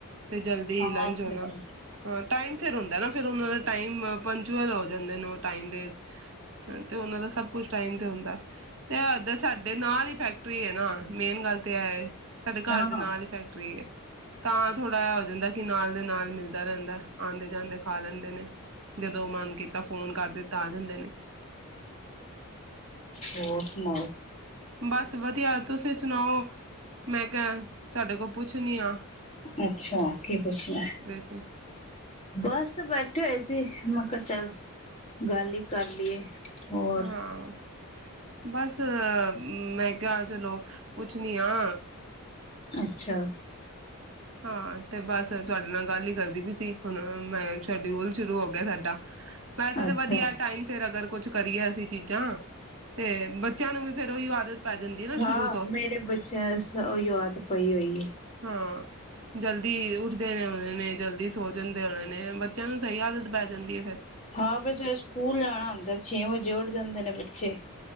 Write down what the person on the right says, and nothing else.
ਤੇ ਜਲਦੀ
ਲੰਚ ਹਾਂ
ਟਾਈਮ ਸਿਰ ਹੁੰਦਾ ਨਾ ਫੇਿਰ ਉਹਨਾ ਦਾ ਟਾਈਮ ਪੰਚੁਅਲ ਹੋ ਜਾਂਦੇ ਨੋਟ ਟਾਈਮ ਦੇ ਤੇ ਉਹਨਾਂ ਦਾ ਸਭ ਕੁਛ ਟਾਈਮ ਤੇ ਹੁੰਦਾ ਤੇ ਅਧ ਸਾਡੇ ਨਾਲ ਹੀ ਫੈਕਟਰੀ ਹੈ ਨਾ ਮੇਨ ਗੱਲ ਤੇ ਇਹ ਹੈ ਸਾਡੇ ਘਰ
ਦੇ ਨਾਲ ਹੀ ਫੈਕਟਰੀ ਹੈ ਤਾਂ ਥੋੜ੍ਹਾ ਜਹਾ ਹੋ ਜਾਂਦਾ ਕਿ ਨਾਲ ਦੇ ਨਾਲ ਮਿਲਦਾ ਰਹਿੰਦਾ ਆਉਂਦੇ ਜਾਂਦੇ ਖਾ ਲੈਂਦੇ ਨੇ। ਜਦੋਂ ਮਨ ਕੀਤਾ, ਫੋਨ ਕਰ ਦਿੱਤਾ ਆ ਜਾਂਦੇ ਨੇ
ਬਸ ਵਧੀਆ। ਤੁਸੀ ਸੁਣਾਔ? ਮੈਂ ਕਿਆ ਸਾਡੇ ਕੋ ਪੁੱਛਣੀ ਆਂ
ਸੀ
ਹਾਂ। ਬਸ ਮੈਂ ਕਿਆ ਚਲੋ ਪੁੱਛਣੀ ਆਂ
ਹਾਂ ਤੇ ਬਸ ਤੁਆਡੇ ਨਾਲ ਗੱਲ ਈ ਕਰਦੀ ਪੀ ਸੀ। ਹੁਣ, ਮੈਂ ਸ਼ੈਡਿਊਲ ਸ਼ੁਰੂ ਹੋ ਗਿਆ ਸਾਡਾ। ਵੈਸੇ ਤੇ
ਵਧੀਆ ਏ ਟਾਈਮ ਸਿਰ ਅਗਰ ਕੁਛ ਕਰੀਏ ਅਸੀ ਚੀਜ਼ਾਂ ਤੇ ਬੱਚਿਆਂ ਨੂੰ ਵੀ ਫੇਰ ਉਹੀ ਆਦਤ ਪੈ ਜਾਂਦੀ ਹੈ ਨਾ
ਸ਼ੁਰੂ ਤੋਂ
ਹਾਂ ਜਲਦੀ ਉੱਠ ਦੇ ਦੇ ਉਹਨਾਂ ਨੇ ਜਲਦੀ ਸੋ ਜਾਂਦੇ ਉਹਨਾਂ ਨੇ ਬੱਚਿਆਂ ਨੂੰ ਸਈ ਆਦਤ ਪੈ ਜਾਂਦੀ ਏ ਫਿਰ